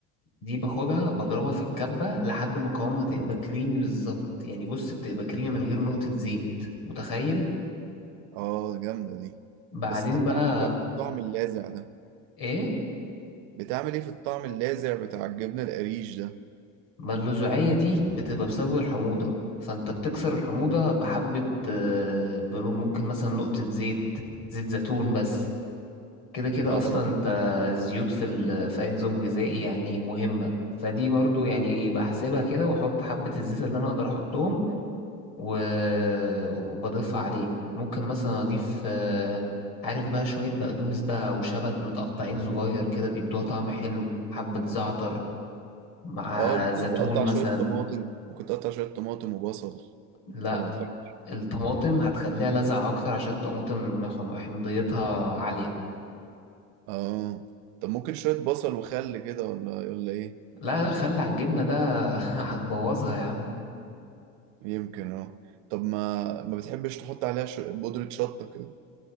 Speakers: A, on the left; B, on the right.
A: دي باخدها بضربها في الكبة لحد ما قوامها تبقى كريمي بالظبط يعني بص بتبقى كريمي من غير نقطة زيت متخيل
B: اه جامده دي
A: بعدين
B: بس انت بتعمل
A: بقى
B: ايه بقى في الطعم اللاذع ده
A: ايه
B: بتعمل ايه في الطعم اللاذع بتاع الجبنه القريش ده
A: ما اللزوعية دي بتبقى بسبب الحموضة فانت بتكسر الحموضة بحبة آه، بنو- ممكن مثلا نقطة زيت زيت زيتون بس كده كده
B: اه
A: اصلا انت الزيوت في ال... في اي نظام غذائي يعني مهمه فدي برضو يعني بحسبها كده واحط حبه الزيت اللي انا اقدر احطهم و... وبضيفها عليه ممكن مثلا اضيف آه، عارف بقى شويه بقدونس بقى او شبت متقطعين صغير كده بيدوها طعم حلو حبه زعتر مع
B: اه ممكن
A: زيتون
B: تقطع
A: مثلا
B: شويه طماطم ممكن تقطع شويه طماطم وبصل
A: لا
B: ولا ما بتحبش
A: الطماطم هتخليها لذعة اكتر عشان الطماطم حم- حمضيتها عاليه
B: اه طب ممكن شويه بصل وخل كده ولا ولا ايه
A: لا خلي على الجبنه ده <laughs> هتبوظها يا عم
B: يمكن اه طب ما ما بتحبش تحط عليها ش- بودره شطه كده